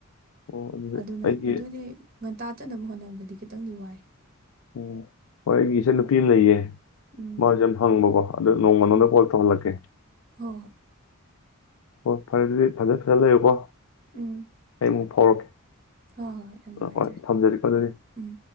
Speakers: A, on the left (about 80°); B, on the right (about 45°).
A: ꯑꯣ ꯑꯗꯨꯗꯤ
B: ꯑꯗꯨꯅ
A: ꯑꯩꯒꯤ
B: ꯑꯗꯨꯗꯤ ꯉꯟꯇꯥ ꯆꯠꯅꯕ ꯍꯣꯠꯅꯕ ꯗꯗꯤ ꯈꯤꯇꯪꯗꯤ ꯋꯥꯏ꯫
A: ꯑꯣ ꯍꯣꯏ ꯑꯩꯒꯤ ꯏꯆꯟꯅꯨꯄꯤ ꯑꯃ ꯂꯩꯌꯦ꯫
B: ꯎꯝ
A: ꯃꯥꯖꯦ ꯍꯪꯕꯀꯣ ꯑꯗꯨ ꯅꯣꯡꯃ ꯅꯥꯉꯣꯟꯗ
B: ꯎꯝ
A: ꯀꯣꯜ ꯇꯧꯍꯜꯂꯛꯀꯦ꯫
B: ꯍꯣꯏ ꯍꯣꯏ
A: ꯑꯣ ꯐꯔꯦ ꯐꯖ ꯐꯖꯅ ꯂꯩꯌꯨꯀꯣ꯫
B: ꯎꯝ
A: ꯑꯩ ꯑꯃꯨꯛ ꯐꯥꯎꯔꯛꯀꯦ꯫
B: ꯍꯣꯏ ꯌꯥꯝ
A: ꯍꯣꯏ
B: ꯅꯨꯡꯉꯥꯏꯖꯔꯦ
A: ꯍꯣꯏ ꯊꯝꯖꯔꯤ ꯀꯣ ꯑꯗꯨꯗꯤ꯫
B: ꯎꯝ